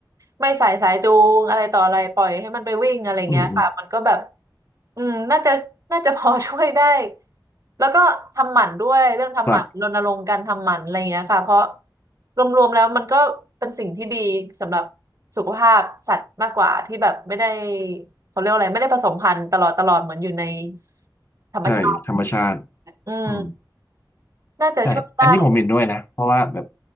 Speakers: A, on the right; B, on the left.
A: ไม่ใส่สายจูงอะไรต่ออะไรปล่อยให้มันไปวิ่งอะไรเงี้ยค่ะมันก็แบบ
B: อืม
A: อืมน่าจะน่าจะพอช่วยได้แล้วก็ทำหมันด้วยเรื่องทำหมันรณรงค์การทำหมันอะไรเงี้ยค่ะเพราะ
B: ครับ
A: รวมๆแล้วมันก็เป็นสิ่งที่ดีสำหรับสุขภาพสัตว์มากกว่าที่แบบไม่ได้เขาเรียกว่าอะไรไม่ได้ผสมพันธุ์ตลอดตลอดเหมือนอยู่ในธรรมชาติ
B: ใช่ธรรมชาติ
A: อืม
B: อืม
A: น่าจะช่วยได้
B: ใช่อันนี้ผมเห็นด้วยนะเพราะว่าแบบ